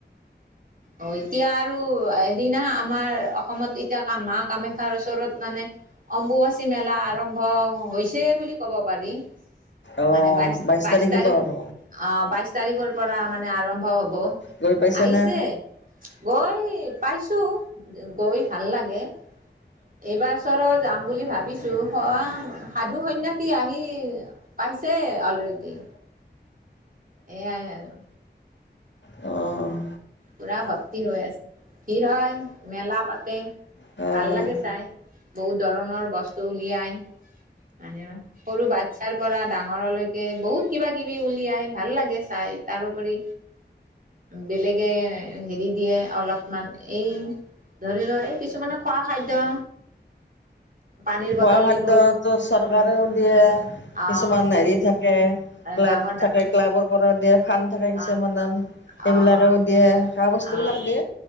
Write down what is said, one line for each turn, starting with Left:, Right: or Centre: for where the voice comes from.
Right: অ এতিয়া আৰু হেৰি না আমাৰ অসমত এতিয়া কামা মা কামাখ্যাৰ ওচৰত মানে অম্বুবাচী মেলা আৰু আৰম্ভ হৈছে বুলি ক'ব পাৰি।
Left: অঁ
Right: মানে বাইশ
Left: বাইছ
Right: বাইশ
Left: তাৰিখে
Right: তাৰিখ
Left: পৰা হ'ব
Right: অ বাইশ তাৰিখৰ পৰা মানে আৰম্ভ হ'ব
Left: গৈ পাইছেনে
Right: আহিছে গৈ পাইছো গৈ ভাল লাগে। এইবাৰ চৰত যাম বুলি ভাবিছোঁ, সহ হাত দু সন্ন্যাসী আহি পাইছে অলৰেডি। এয়াই আৰু।
Left: অ'।
Right: পুৰা ভৰ্তি হৈ আছে। ভিৰ হয়। মেলা পাতে,
Left: খোৱা
Right: ভাল লাগে চাই। বহুত ধৰণৰ বস্তু উলিয়াই। মানে সৰু বাট চ্ছাৰ পৰা ডাঙৰলৈকে বহুত কিবা-কিবি উলিয়াই, ভাল লাগে চাই। তাৰোপৰি বেলেগ, হেৰি দিয়ে অলপমান এই ধৰি লোৱা এই কিছুমানে খোৱা খাদ্য। পানীৰ বটল
Left: খোৱা খাদ্যটো
Right: দিব
Left: চৰকাৰেও দিয়ে।
Right: আহ
Left: কিছুমান
Right: বেলেগ
Left: হেৰি থাকে ক্লাব
Right: ডাঙৰ ডাঙৰ
Left: থাকে ক্লাবৰ পৰাও দিয়ে, ফাণ্ড থাকে
Right: আহ
Left: কিছুমানৰ সেইবিলাকেও
Right: অ', অ',
Left: দিয়ে। খোৱা বস্তুবিলাক
Right: অ',
Left: দিয়ে।